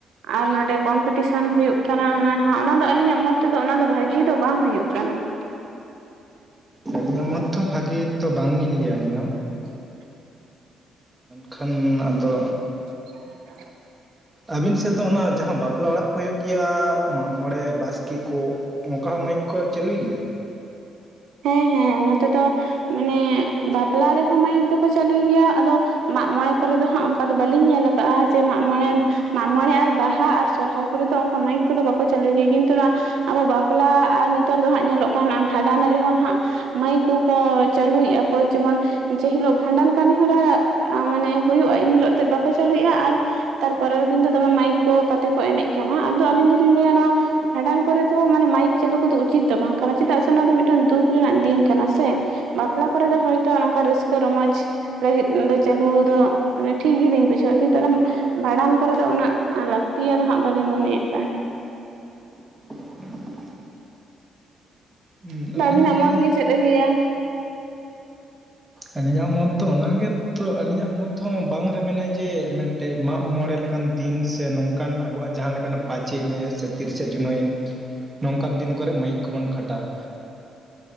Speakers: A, on the right; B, on the right.
A: ᱟᱨ ᱱᱚᱰᱮ ᱠᱚᱢᱯᱤᱴᱤᱥᱚᱱ ᱦᱩᱭᱩᱜ ᱠᱟᱱᱟ ᱦᱟᱱᱟ ᱱᱚᱣᱟ ᱚᱱᱟ ᱫᱚ ᱟᱹᱞᱤᱧᱟᱜ ᱢᱚᱛ ᱛᱮᱫᱚ ᱚᱱᱟ ᱫᱚ ᱵᱷᱟᱹᱜᱤ ᱫᱚ ᱵᱟᱝ ᱦᱩᱭᱩᱜ ᱠᱟᱱᱟ ᱾
B: ᱟᱹᱞᱤᱧᱟᱜ ᱢᱚᱛᱷ ᱦᱚ ᱵᱷᱟᱜᱤ ᱛᱚ ᱵᱟᱝ ᱞᱤᱧ ᱞᱟᱹᱭᱟ ᱟᱹᱞᱤᱧ ᱦᱚᱸ ᱾
A: <inaudible>
B: <inaudible> ᱠᱷᱟᱱ ᱟᱫᱚ
A: <inaudible>
B: ᱟᱹᱵᱤᱱ ᱥᱮᱫ ᱫᱚ ᱚᱱᱟ ᱡᱟᱦᱟ ᱵᱟᱯᱞᱟ ᱚᱲᱟᱜ ᱠᱚ ᱦᱩᱭᱩᱜ ᱜᱮᱭᱟ ᱢᱟᱜᱽ ᱢᱚᱬᱮ ᱵᱟᱥᱠᱤ ᱠᱚ ᱾ ᱚᱱᱠᱟ ᱦᱚᱸ ᱢᱟᱭᱤᱠ ᱠᱚ ᱪᱟᱹᱞᱩᱭ ᱜᱮᱭᱟ?
A: ᱦᱮᱸ ᱦᱮᱸ ᱱᱚᱛᱮ ᱫᱚ ᱢᱟᱱᱮ ᱵᱟᱯᱞᱟ ᱨᱮᱦᱚᱸ ᱢᱟᱭᱤᱠ ᱫᱚᱠᱚ ᱪᱟᱹᱞᱩᱭ ᱜᱮᱭᱟ ᱟᱫᱚ ᱢᱟᱜᱽ ᱢᱚᱬᱮ ᱠᱚᱨᱮ ᱫᱚ ᱦᱟᱸᱜ ᱚᱱᱠᱟ ᱫᱚ ᱵᱟᱹᱞᱤᱧ ᱧᱮᱞ ᱟᱠᱟᱜᱼᱟ ᱡᱮ ᱢᱟᱜᱽ ᱢᱚᱬᱮ ᱢᱟᱜᱽ ᱢᱚᱬᱮ ᱟᱨ ᱵᱟᱦᱟ ᱟᱨ ᱥᱚᱨᱦᱟᱭ ᱠᱚᱨᱮ ᱫᱚ ᱚᱱᱠᱟ ᱢᱟᱹᱭᱤᱠ ᱠᱚᱫᱚ ᱵᱟᱠᱚ ᱪᱟᱹᱞᱩᱭ ᱜᱮᱭᱟ ᱠᱤᱱᱛᱩ ᱱᱚᱣᱟ ᱟᱵᱚ ᱵᱟᱯᱞᱟ ᱟᱨ ᱱᱤᱛᱟᱨ ᱫᱚ ᱦᱟᱸᱜ ᱧᱮᱞᱚᱜ ᱠᱟᱱᱟ ᱵᱷᱟᱰᱟᱱ ᱨᱮᱦᱚᱸ ᱦᱟᱸᱜ ᱢᱟᱹᱭᱤᱠ ᱠᱚᱠᱚ ᱪᱟᱹᱞᱩᱭᱮᱜᱼᱟ ᱠᱚ ᱡᱮᱢᱚᱱ ᱡᱮ ᱦᱤᱞᱳᱜ ᱵᱷᱟᱸᱰᱟᱱ ᱠᱟᱹᱢᱤ ᱦᱚᱨᱟ ᱢᱟᱱᱮ ᱦᱩᱭᱩᱜᱼᱟ, ᱮᱱ ᱦᱤᱞᱳᱜ ᱛᱮᱫ ᱵᱟᱠᱚ ᱪᱟᱹᱞᱩᱭᱮᱜᱼᱟ ᱟᱨ ᱛᱟᱨ ᱯᱚᱨᱮᱨ ᱫᱤᱱ ᱫᱚ ᱫᱚᱢᱮ ᱢᱟᱭᱤᱠ ᱠᱚ ᱠᱟᱛᱮ ᱠᱚ ᱮᱱᱮᱡ ᱠᱟᱱᱟ, ᱟᱫᱚ ᱟᱹᱞᱤᱧ ᱫᱚᱞᱤᱧ ᱞᱟᱹᱭᱟ ᱱᱚᱣᱟ ᱵᱷᱟᱸᱰᱟᱱ ᱠᱚᱨᱮ ᱫᱚ ᱢᱟᱱᱮ ᱢᱟᱭᱤᱠ ᱪᱟᱹᱞᱩ ᱠᱚᱫᱚ ᱩᱪᱤᱛ ᱫᱚ ᱵᱟᱝ ᱠᱟᱱᱟ, ᱪᱮᱫᱟᱜ ᱥᱮ ᱚᱱᱟ ᱫᱚ ᱢᱤᱫ ᱴᱟᱝ ᱫᱩᱠ ᱨᱮᱱᱟᱜ ᱫᱤᱱ ᱠᱟᱱᱟ ᱥᱮ ᱵᱟᱯᱞᱟ ᱠᱚᱨᱮ ᱫᱚ ᱦᱚᱭᱛᱳ ᱱᱚᱝᱠᱟ ᱨᱟᱹᱥᱠᱟᱹ ᱨᱚᱢᱚᱡ ᱞᱟᱹᱜᱤᱫ ᱫᱚ ᱪᱟᱹᱞᱩ ᱫᱚ ᱴᱷᱤᱠ ᱜᱮᱞᱤᱧ ᱵᱩᱡᱷᱟᱹᱣᱟ, ᱠᱤᱱᱛᱩ ᱚᱱᱟ ᱵᱷᱟᱸᱰᱟᱱ ᱠᱚᱨᱮ ᱫᱚ ᱩᱱᱟᱹᱜ ᱞᱟᱹᱠᱛᱤᱭᱟ ᱫᱚ ᱦᱟᱸᱜ ᱵᱟᱹᱞᱤᱧ ᱢᱚᱱᱮᱭᱟᱜ ᱠᱟᱱᱟ ᱾
B: <inaudible> ᱦᱩᱸ
A: ᱟᱫᱚ
B: ᱟᱹᱞᱤᱧ
A: ᱵᱟᱹᱵᱤᱱᱟᱜ
B: ᱟᱹᱞᱤᱧ
A: ᱢᱚᱛ ᱜᱮ ᱪᱮᱫ ᱮ ᱞᱟᱹᱭᱟ?
B: ᱟᱹᱞᱤᱧᱟᱜ ᱢᱚᱛ ᱫᱚ ᱚᱱᱟ ᱜᱮ ᱛᱚ ᱟᱹᱞᱤᱧᱟᱜ ᱢᱚᱛ ᱦᱚᱸ ᱵᱟᱝ ᱨᱮ ᱢᱮᱱᱟᱭ ᱡᱮ ᱢᱮᱫᱴᱮᱡ ᱢᱟᱜᱽ ᱢᱚᱬᱮ ᱞᱮᱠᱟᱱ ᱫᱤᱱ ᱥᱮ ᱱᱚᱝᱠᱟ ᱚᱱᱠᱟᱱ ᱟᱵᱚᱣᱟᱜ ᱡᱟᱦᱟ ᱞᱮᱠᱟᱱᱟᱜ ᱯᱟᱸᱪᱮᱭ ᱢᱮ ᱥᱮ ᱛᱤᱨᱤᱥᱮ ᱡᱩᱱ ᱦᱩᱭ ᱮᱱ, ᱱᱚᱝᱠᱟᱱ ᱫᱤᱱ ᱠᱚᱨᱮᱜ ᱢᱟᱹᱭᱤᱠ ᱠᱚᱵᱚᱱ ᱠᱷᱟᱴᱟᱜ,